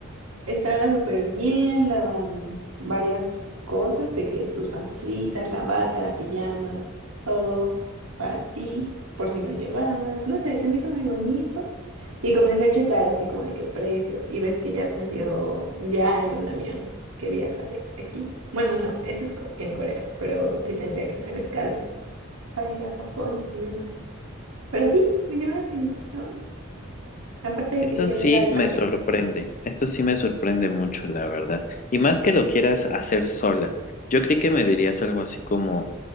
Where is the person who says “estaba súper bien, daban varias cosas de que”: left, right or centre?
Right